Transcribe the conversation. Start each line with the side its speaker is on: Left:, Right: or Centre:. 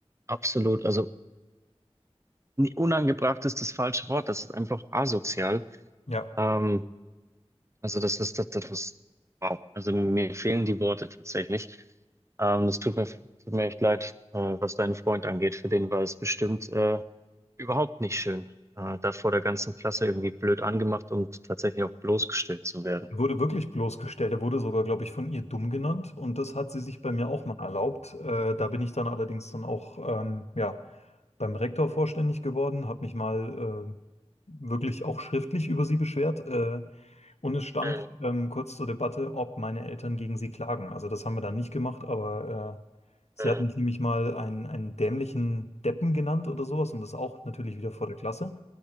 Right: absolut. Also Nee, Unangebracht ist das falsche Wort. Das ist einfach asozial.
Left: Ja,
Right: Ähm, also das ist das, das, das, wow. Also mir fehlen die Worte tatsächlich. Ähm, das tut mir, tut mir echt leid, äh, was deinen Freund angeht. Für den war es bestimmt äh, überhaupt nicht schön, äh, da vor der ganzen Klasse irgendwie blöd angemacht und tatsächlich auch bloßgestellt zu werden.
Left: er wurde wirklich bloßgestellt. Er wurde sogar, glaube ich, von ihr dumm genannt und das hat sie sich bei mir auch mal erlaubt. Äh, da bin ich dann allerdings dann auch ähm, ja, beim Rektor vorständig geworden, habe mich mal äh, wirklich auch schriftlich über sie beschwert. Äh, und es stand
Right: Mhm,
Left: ähm, kurz zur Debatte, ob meine Eltern gegen sie klagen. Also das haben wir dann nicht gemacht, aber äh, sie
Right: mhm,
Left: hat mich nämlich mal einen, einen dämlichen Deppen genannt oder sowas und das auch natürlich wieder vor der Klasse.